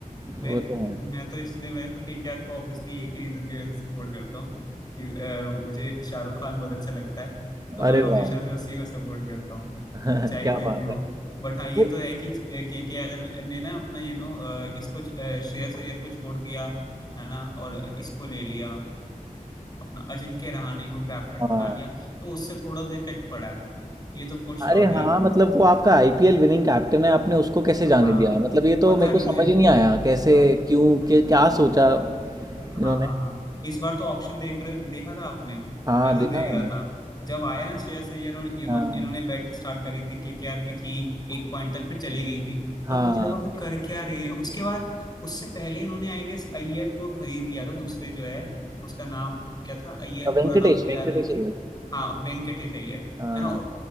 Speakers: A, on the left; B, on the right.
A: मैं
B: वो तो है
A: मैं तो इसलिए मैं तो केकेआर को ऑब्वियसली एक ही रीजन की वजह से सपोर्ट करता हूँ कि अ, मुझे शाहरुख खान बहुत अच्छा लगता है तो मैं
B: अरे
A: हमेशा
B: वाह
A: से उसी को सपोर्ट करता हूँ
B: <laughs>
A: चाहे
B: क्या
A: कोई
B: बात
A: भी हो
B: है
A: बट हाँ ये
B: वो
A: तो है कि केकेआर ने ना अपना यू नो इसको अ, श्रेयस अय्यर को छोड़ दिया है ना और इसको ले लिया अपना अजिंक्य रहाणे को कैप्टन
B: हाँ
A: बना लिया तो उससे थोड़ा तो इफेक्ट पड़ा है ये तो फॉर श्योर
B: अरे
A: है
B: हाँ मतलब वो आपका आईपीएल विनिंग कैप्टन है आपने उसको कैसे जाने
A: हाँ
B: दिया मतलब ये तो
A: पता
B: मेरे को
A: नहीं
B: समझ
A: मुझे
B: ही नहीं आया कैसे
A: हाँ।
B: क्यों क्या क्या सोचा इन्होंने
A: हाँ हाँ हाँ इस बार तो ऑप्शन देख रहे- देखा था आपने
B: हाँ
A: मैं तो
B: देखा
A: देख रहा
B: मैंने
A: था जब आया ना श्रेयस अय्यर और इनो,
B: हाँ
A: इन्होंने बैट स्टार्ट करी थी केकेआर भी थी एक पॉइंट तक फिर चली गई थी
B: हाँ
A: तो मुझे लगा भाई कर क्या रहे हैं उसके बाद उससे पहले इन्होंने आई गेस अय्यर को खरीद लिया था दूसरे जो है उसका नाम क्या था अय्यर
B: वेंकटेश
A: पूरा नाम मुझे याद
B: वेंकटेश
A: नहीं आ रहा लेकिन
B: अय्यर
A: हाँ वेंकटेश अय्यर
B: हाँ
A: है ना और